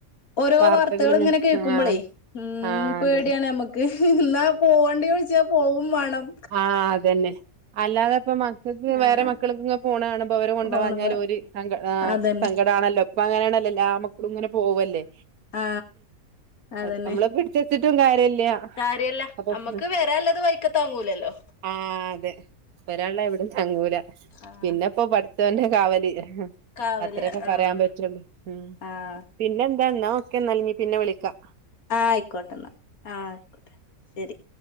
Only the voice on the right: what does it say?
വാർത്തകളിങ്ങനെ
ആഹ്
ആഹ്
അതെ
ആ അതന്നെ അല്ലാതപ്പം മക്കക്ക് വേറെ
മക്കൾക്ക്‌ങ്ങ പോണ കാണുമ്പോ അവര് കൊണ്ടാവാഞ്ഞാല്
ഓര് സങ്ക ആ
സങ്കടാണല്ലോ പ്പ അങ്ങനെണല്ലോ എല്ലാ മക്കളുങ്ങനെ പോവല്ലേ
അതെ നമ്മള് പിടിച്ച് വെച്ചിട്ടും കാര്യല്ല
അപ്പൊ
ആ അതെ വരാള്ളെ എവിടിം തങ്ങൂല
പിന്നെപ്പോ പട്ച്ചോന്റെ കാവൽ
അത്രേപ്പം
പറയാം പറ്റാെള്ളൂ ഉം.
പിന്നെന്താ ന്നാ ഓക്കെ ന്നാൽ ഇഞ് പിന്നെ വിളിക്കാ